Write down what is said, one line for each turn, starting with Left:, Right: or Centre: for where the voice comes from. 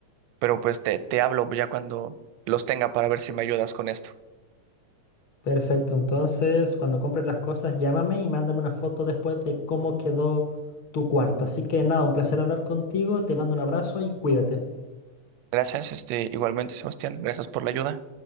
Right: Pero pues te, te hablo ya cuando los tenga para ver si me ayudas con esto.
Left: Perfecto, entonces cuando compres las cosas llámame y mándame una foto después de cómo quedó tu cuarto. Así que nada, un placer hablar contigo, te mando un abrazo y cuídate.
Right: Gracias, este, igualmente, Sebastián. Gracias por la ayuda.